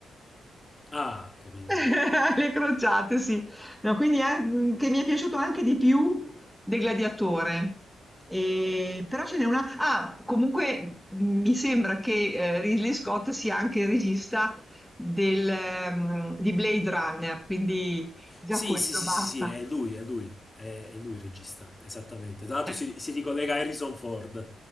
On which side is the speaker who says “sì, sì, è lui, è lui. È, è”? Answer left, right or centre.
Left